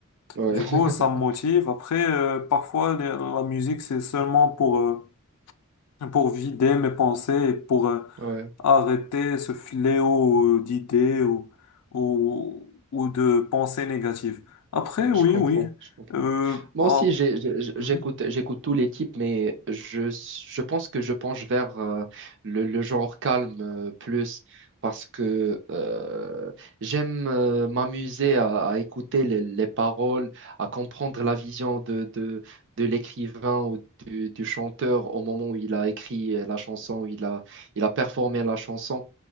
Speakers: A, on the right (about 55°); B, on the left (about 85°).
A: Ouais.
B: Du coup, ça me
A: <laughs>
B: motive. Après, euh, parfois, les- la musique, c'est seulement pour, euh, pour vider mes pensées et pour euh,
A: Ouais.
B: arrêter ce fléau euh, d'idées ou, ou, ou de pensées négatives. Après,
A: Ouais,
B: oui,
A: Je comprends,
B: oui.
A: je comprends.
B: Euh,
A: Moi
B: ah,
A: aussi, j'ai- j'ai- j'écoute,
B: mhm,
A: j'écoute tous les types, mais je, je pense que je penche vers euh, le, le genre calme euh, plus parce que euh, j'aime euh, m'amuser à, à écouter les, les paroles, à comprendre la vision de, de, de l'écrivain ou du, du chanteur au moment où il a écrit euh, la chanson, où il a, il a performé la chanson.